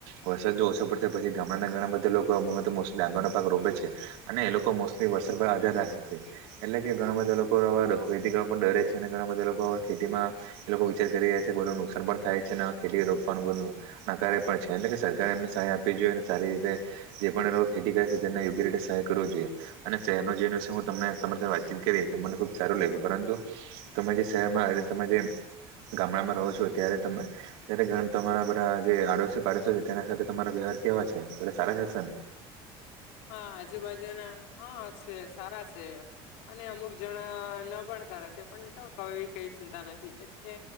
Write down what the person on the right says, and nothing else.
વરસાદ જો ઓછો પડશે પછી ગામણાંના ઘણાં બધા. લોકોલી ડાંગર ન પાક રોપે છે અને એ લોકો મોસ્ટલી વરસાદ પર આધાર રાખે છે એટલે કે. ઘણા બધા લોકોવા ખેતી કરવા પણ ડરે છે અને ઘણા બધા લોકો ખેતીમાં એ લોકો વિચાર કરી રહ્યા છે બલો નુ. સરબળ થાય છે અને ખેતી રોકવાનું બધું નાકારારે પણ છે એટલે કે સરકારે એમને સહાય આપવી જોઈએ અને સારી રીતે. જે પણ લોકો ખેતી કરે છે તેને યોગ્ય રીતે સહાય કરવો જોઈએ અને શહેરનો જવન વિ હું તમને તમારી સાથે વાતચીત કરી. મને ખુબ સારું લાગ્યું પરંતુ તમે જે શહેરમાં એટલે તમે જે ગામડામાં રહો છો. ત્યારે ત ત્યારે તમારા બધા જે આડોશી પાડોશો છે તેના સાથે તમારા વ્યવહાર કેવા છે પ સારા. એ છે ન.